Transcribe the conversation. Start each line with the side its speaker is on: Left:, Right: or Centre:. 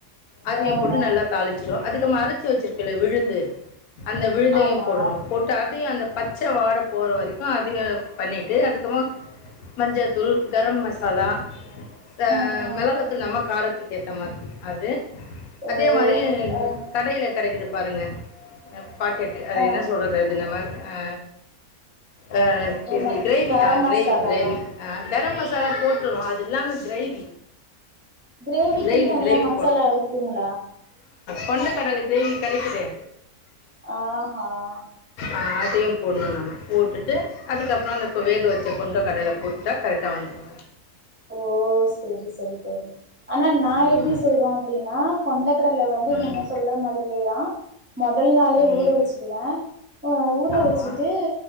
Left: அதையு
Right: ஆஹா
Left: போட்டு நல்லா தாளிச்சுருவோ அதுக்கு அரை ச்சுருக்க <unintelligible> விழுது அந்த விழுதையு
Right: ஆமா
Left: போடணு போட்டு ட்டு அதையு அந்த பச்ச வாட போற வரைக்கு அது பண்ணிட்டு அதுக்கப்பமா மஞ்சத் தூள் கரம் மசாலா ஆ
Right: ம்ஹும்
Left: மெளகா தூள் நம்ம காரத்துக்கு ஏத்த மாரி அது
Right: ஓ
Left: அதே மாரி
Right: ஆ
Left: கடைல கெடைக்குது பாருங்க பாக்கெட்டு அத
Right: ஆ
Left: என்ன சொல்றது ஆ ஆ
Right: என்ன
Left: இல்ல கிரேவி
Right: கரம்
Left: ஆ
Right: மசாலாவா
Left: கிரேவி கிரேவி ஆ கரம் மசாலா போட்டுறோ அது இல்லாம கிரேவி
Right: கிரேவிக்குன்
Left: கிரேவி
Right: தனியா
Left: கிரேவி
Right: மசாலா இருக்குங்ளா
Left: கொண்டக்கடல கிரேவி கெடைக்குதே
Right: ஆ ஹான்
Left: ஆ அதையு போடணு நம்ம போட்டுட்டு அதுக்கப்ற அந்த தோ வேகவச்ச கொண்ட கடல போட்டு கரெக்டா வந்துரு
Right: ஓ செரி செரி தோழி ஆனா நா
Left: சரிம்மா
Right: எப்டி செய்வே அப்டின்னா கொண்ட கடல வந்து
Left: ம்
Right: நீங்க சொல்ற மாதிரியேதா மொதல் நாளே
Left: ம்
Right: ஊற வச்சுடுவே ஆ ஊற
Left: ஆமாம்
Right: வச்சுட்டு